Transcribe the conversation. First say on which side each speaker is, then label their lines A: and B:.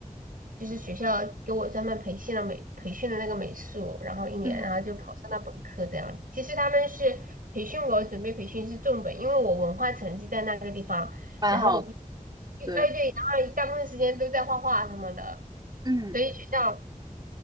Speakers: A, on the right; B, on the right.
A: 就是学校给我专门培训了美培训的那个美术，然后一年，
B: 嗯，
A: 然后就考上了本科这样子。其实他们是培训我，准备培训是重本，因为我文化成绩在那个地方，
B: 蛮好的，
A: 然后我不，
B: 对，
A: 哎对，然后大部分时间都在画画什么的，
B: 嗯。
A: 所以学校。